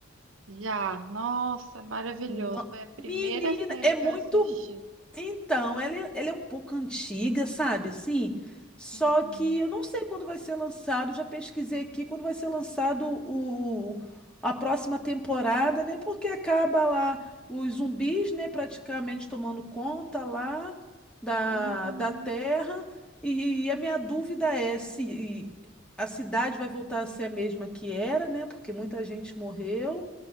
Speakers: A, on the right (about 75°); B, in the centre.
A: Já, nossa, maravilhoso.
B: No-
A: Foi a primeira
B: Menina,
A: série
B: é muito.
A: que eu assisti.
B: Então, ela é, ela é um pouco antiga, sabe? Assim, só
A: Uhum.
B: que eu não sei quando vai ser lançado. Já pesquisei aqui quando vai ser lançado o, a próxima temporada, né? Porque acaba lá os zumbis, né? Praticamente tomando conta lá da,
A: Uhum.
B: da Terra. E, e a minha dúvida é se a cidade vai voltar a ser a mesma que era, né? Porque muita gente morreu.